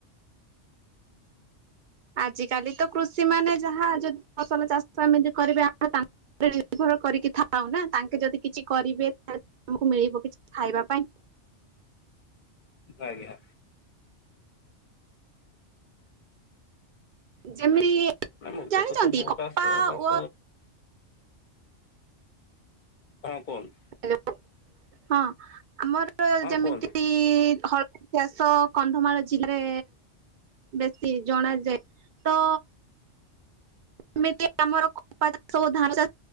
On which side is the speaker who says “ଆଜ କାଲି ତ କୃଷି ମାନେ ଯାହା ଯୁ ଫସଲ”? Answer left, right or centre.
Right